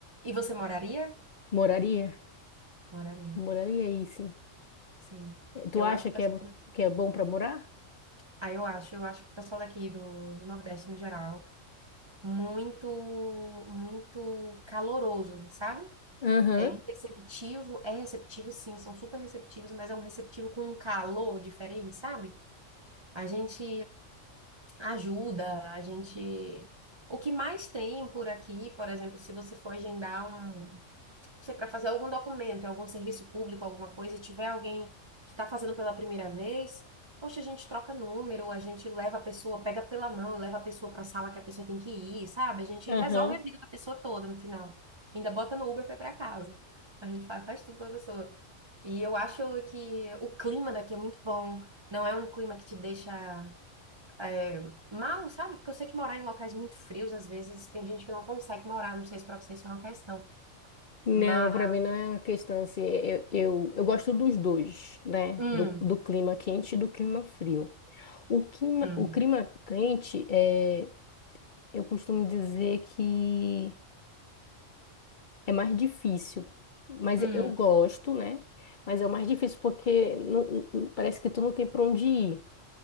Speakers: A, on the right; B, on the left.
A: E você moraria?
B: Moraria?
A: Moraria,
B: Moraria aí, sim.
A: sim.
B: Eh, Tu
A: Eu acho
B: acha
A: o pessoal
B: que é,
A: daqui,
B: que é bom para morar?
A: ah, eu acho, eu acho que o pessoal daqui do, do Nordeste no geral, muito, muito caloroso, sabe?
B: Aham,
A: É um receptivo, é receptivo sim, são super receptivos, mas é um receptivo com um calor diferente, sabe? A gente ajuda, a gente. O que mais tem por aqui, por exemplo, se você for agendar um sei, para fazer algum documento, em algum serviço público, alguma coisa, e tiver alguém que está fazendo pela primeira vez, poxa, a gente troca número, a gente leva a pessoa, pega pela mão, leva a pessoa para a sala que a pessoa tem que ir, sabe? A gente
B: aham.
A: resolve a vida da pessoa toda no final. Ainda bota no Uber para ir para casa. A gente faz, faz tudo para a pessoa. E eu acho que o clima daqui é muito bom. Não é um clima que te deixa é, mal, sabe? Porque eu sei que morar em locais muito frios, às vezes, tem gente que não consegue morar. Não sei se para vocês isso é uma questão.
B: Não,
A: Mas.
B: para mim não é uma questão assim. Eu, eu, eu gosto dos dois, né?
A: Hum,
B: Do, do clima quente e do clima frio. O clima,
A: hum.
B: o clima quente é, eu costumo dizer que é mais difícil, mas
A: Hum,
B: eu gosto, né? Mas é o mais difícil porque não- não- parece que tu não tem para onde ir.